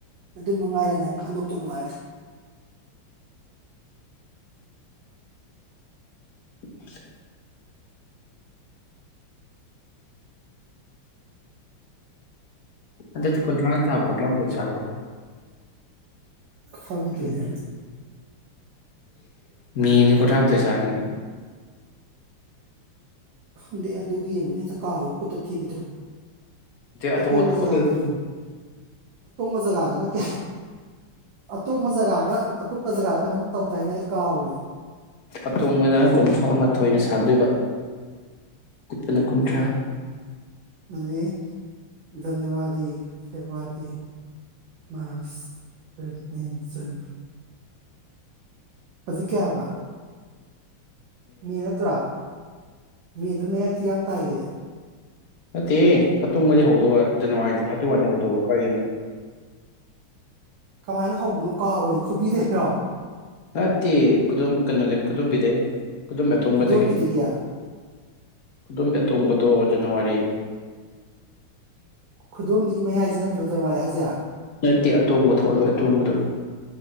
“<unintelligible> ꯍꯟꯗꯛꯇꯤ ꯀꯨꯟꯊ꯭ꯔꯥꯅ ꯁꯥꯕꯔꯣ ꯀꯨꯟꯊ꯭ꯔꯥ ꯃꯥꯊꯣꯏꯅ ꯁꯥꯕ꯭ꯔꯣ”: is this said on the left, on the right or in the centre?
Left